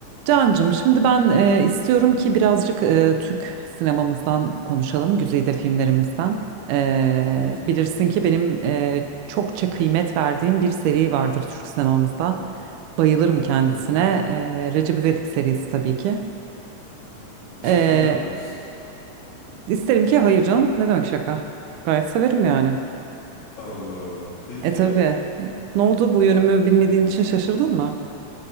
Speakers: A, on the right; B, on the left.
A: Cancım, şimdi ben e, istiyorum ki birazcık e, Türk sinemamızdan konuşalım, güzide filmlerimizden. E,
B: Tabii ki.
A: bilirsin ki benim e, çokça kıymet verdiğim bir seri vardır Türk sinemamızda. Bayılırım kendisine.
B: Neydi o?
A: E, Recep İvedik serisi tabii ki. E,
B: Şaka mı yapıyorsun?
A: e, isterim ki hayır canım. Ne demek şaka? Gayet severim yani.
B: Allah Allah. Peki.
A: E tabii. Ne oldu? Bu yönümü bilmediğin için şaşırdın mı?